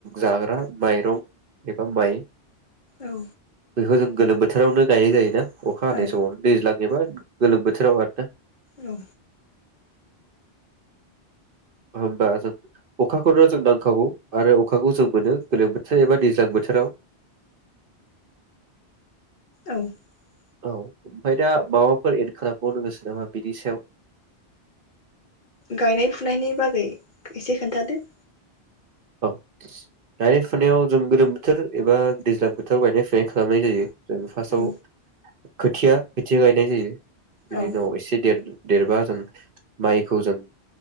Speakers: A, on the right; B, on the left.
A: जाग्रा माइरं एबा माइ
B: औ।
A: बेखौ जों गोलोम बोथोरावनो गायनाय जायो ना? अखा हानायनि
B: औ
A: समावनो दैज्लां एबा गोलोम बोथोराव आरोना
B: औ।
A: होमबा जों अखाखौनो जों नांखाखौ आरो अखाखौ जों मोनो गोलोम बोथोर एबा दैज्लां बोथोराव
B: <inaudible>
A: औ ओमफ्राय दा माबाफोर एड खालामबावनो गोसो नामा बिनि सायाव
B: गायनाय फुनायनि बागै एसे खोन्थादो?
A: औ गायनाय फुनायाव जों गोलोम बोथोर एबा दैज्लां बोथोराव गायनाय फुनाय खालामनाय जायो। फार्सआव।
B: औ
A: खोथिया खोथिया गायनाय जायो। बिनि
B: औ
A: उनाव एसे देर देरबा जों माइखौ जों